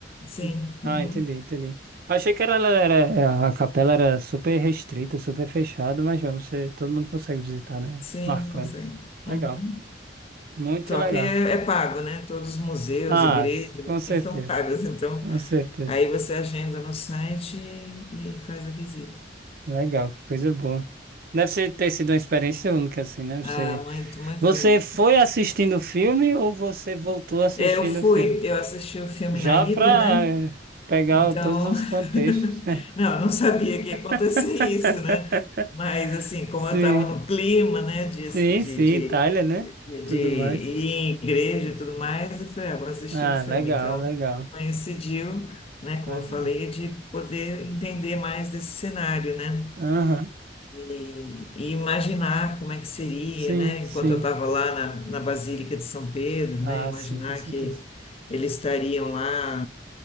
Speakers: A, on the left (about 30°); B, on the right (about 55°).
A: Sim,
B: Sim. Ah,
A: uhum,
B: entendi, entendi. Achei que era, era- a capela era super restrita, super fechada, mas já você, todo mundo consegue visitar, né?
A: sim,
B: Marcando.
A: consegue.
B: Legal.
A: uhum.
B: Muito
A: Só
B: legal.
A: que é, é pago, né? Todos os museus,
B: Ah,
A: igrejas,
B: s- com certeza.
A: assim, <laughs> são pagos. Então,
B: Com certeza.
A: aí você agenda no site e, e faz a visita.
B: Legal, que coisa boa. Deve ser- ter sido uma experiência única, assim, né? Você,
A: Ah, muito, muito
B: você
A: bonito.
B: foi assistindo o filme ou você voltou assistindo
A: É, eu fui,
B: o filme?
A: eu assisti o filme
B: Já
A: na ida,
B: pra
A: né?
B: eh, pegar
A: Então,
B: o- todos os contextos.
A: <laughs>
B: <laughs>
A: não, eu não sabia que ia acontecer
B: <laughs>
A: isso, né? Mas, assim, como
B: Sim,
A: eu estava no clima, né, de,
B: sim,
A: de,
B: sim,
A: de,
B: Itália, né?
A: de-
B: Tudo
A: de ir
B: mais.
A: em igreja e tudo mais, eu falei, ah, vou assistir
B: Ah,
A: o filme.
B: legal,
A: Então,
B: legal,
A: coincidiu, né, como
B: legal.
A: eu falei, de poder entender mais desse cenário, né?
B: Aham,
A: E, e imaginar como é que seria,
B: Sim,
A: né? Enquanto
B: sim.
A: eu estava lá na, na Basílica de São Pedro,
B: Ah,
A: né? Imaginar
B: sim, com certeza.
A: que eles estariam lá,